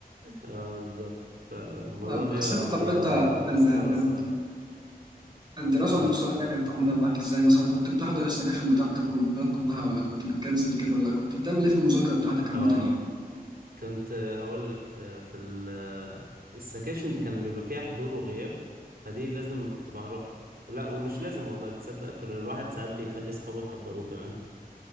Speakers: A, on the right; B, on the right.
A: اه بالظبط فالموضوع
B: لا، بس
A: بيبقى
B: انت طب
A: بيبقى
B: انت
A: مسخرة
B: ال- ال-
A: الصراحة
B: الدراسه
A: مم.
B: نفسها كانت عامله معاك ازاي مثلا كنت بتحضر السكاشن بتاعتك والمحاضرات كلها ولا كنت بتكنسل كده ولا كنت بتعمل ايه في المذاكره بتاعتك عامه
A: اه كنت هقول لك في ال- السكاشن كان بيبقى فيها حضور وغياب فدي لازم كنت بروحها لا ومش لازم والله تصدق كل الواحد ساعات بيخلي صحابه يحضروه كمان